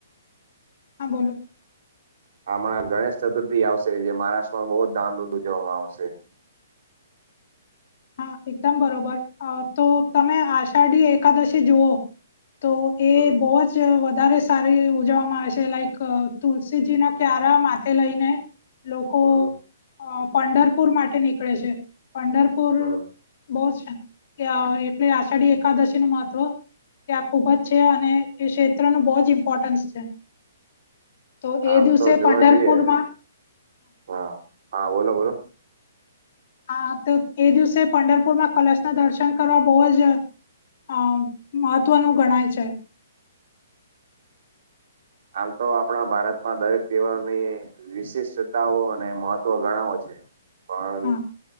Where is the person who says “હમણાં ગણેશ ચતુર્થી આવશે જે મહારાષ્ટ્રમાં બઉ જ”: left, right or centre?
Right